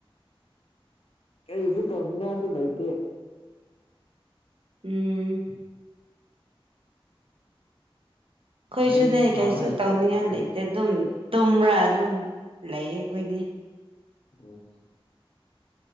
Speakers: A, on the left (about 85°); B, on the right (about 70°).
A: ꯀꯔꯤꯁꯨ ꯇꯧꯅꯤꯡꯉꯏꯁꯨ ꯂꯩ ꯇꯦ
B: ꯎꯝ ꯈꯣꯏꯁꯨꯅꯦ
A: ꯋꯥꯔꯤꯁꯨ ꯁꯥꯕ
B: ꯀꯩꯁꯨ
A: ꯍꯩ
B: ꯇꯧꯅꯤꯡꯉꯏ
A: ꯑ
B: ꯂꯩꯇꯦ ꯑꯗꯨꯝ ꯇꯨꯝꯕ꯭ꯔꯥ ꯑꯗꯨꯝ ꯂꯩꯌꯦ ꯑꯈꯣꯏꯗꯤ
A: ꯎꯝ